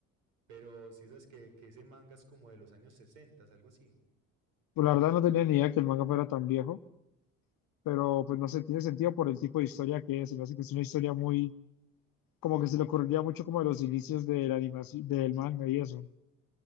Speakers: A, on the right (about 85°); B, on the left (about 60°).
A: Pero sí sabes que, que ese manga es como de los años 60, algo así.
B: Pues la verdad no tenía ni idea que el manga fuera tan viejo, pero pues no sé, tiene sentido por el tipo de historia que es. Se me hace que es una historia muy, como que se le ocurriría mucho como de los inicios de la animación, del manga y eso.